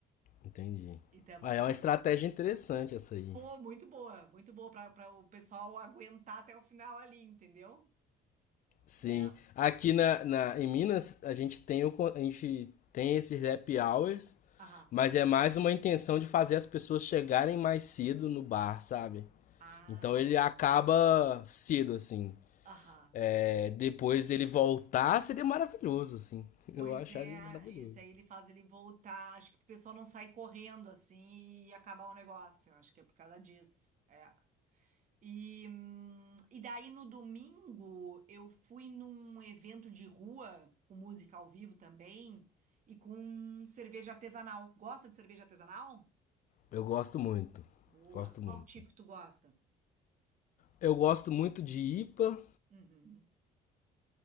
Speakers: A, on the left; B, on the right.
A: Entendi.
B: Então é mais
A: Ah, é
B: ou
A: uma
B: menos
A: estratégia interessante essa aí.
B: Pô, muito boa, muito boa para o pessoal aguentar até o final ali, entendeu?
A: Sim.
B: É.
A: Aqui na, na- em Minas, a gente tem o, con- a gente tem esses happy hours,
B: Aham.
A: mas é mais uma intenção de fazer as pessoas chegarem mais cedo no bar, sabe?
B: Ai,
A: Então ele acaba cedo, assim.
B: aham.
A: É, depois ele voltar seria maravilhoso, assim. <laughs>
B: Pois
A: Eu acharia
B: é,
A: maravilhoso.
B: esse aí ele faz ele voltar. Acho que o pessoal não sai correndo assim e acabar o negócio. Acho que é por causa disso. É. E, hum, e daí no domingo eu fui num evento de rua, com música ao vivo também, e com cerveja artesanal. Gosta de cerveja artesanal?
A: Eu gosto muito.
B: Boa.
A: Gosto
B: Qual
A: muito.
B: tipo que tu gosta?
A: Eu gosto muito de IPA.
B: Uhum.